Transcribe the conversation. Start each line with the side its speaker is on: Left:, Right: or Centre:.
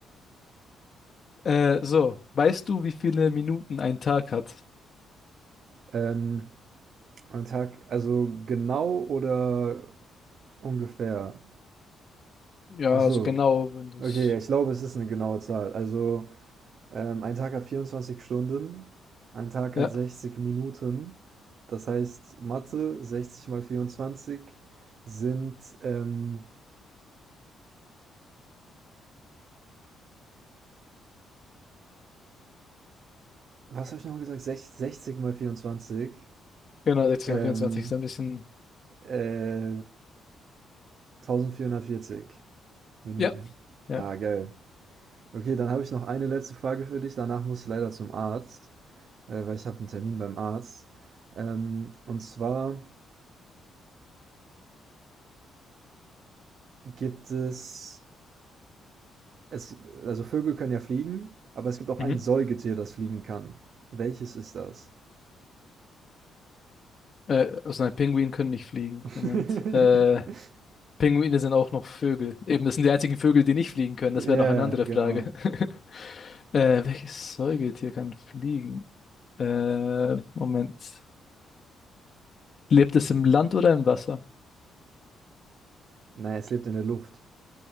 Left: Äh, so. Weißt du, wie viele Minuten ein Tag hat?
Right: Ähm, am Tag, also genau oder ungefähr?
Left: Ja,
Right: Ach so.
Left: also genau, wenn das.
Right: Okay, ja, ich glaube, es ist eine genaue Zahl. Also, ähm, ein Tag hat 24 Stunden, ein Tag
Left: Ja,
Right: hat sechzig Minuten. Das heißt, Mathe, 60 mal 24 sind, ähm, was habe ich nochmal gesagt? Sech- 60 mal 24.
Left: genau, sechzig
Right: ähm,
Left: und vierundzwanzig ist ein bisschen.
Right: äh, 1440 Minuten.
Left: Ja, ja.
Right: Ah, geil. Okay, dann habe ich noch eine letzte Frage für dich. Danach muss ich leider zum Arzt, äh, weil ich habe einen Termin beim Arzt. Ähm, und zwar gibt es, es, also Vögel können ja fliegen, aber es gibt auch
Left: Mhm.
Right: ein Säugetier, das fliegen kann. Welches ist das?
Left: Äh, also nein, Pinguine können nicht fliegen.
Right: <laughs>
Left: Moment. Äh, Pinguine sind auch noch Vögel. Eben, das sind die einzigen Vögel, die nicht fliegen können.
Right: Ja,
Left: Das wäre noch eine andere
Right: genau.
Left: Frage. <laughs> Äh, welches Säugetier kann fliegen? Äh, Moment. Lebt es im Land oder im Wasser?
Right: Nein, es lebt in der Luft.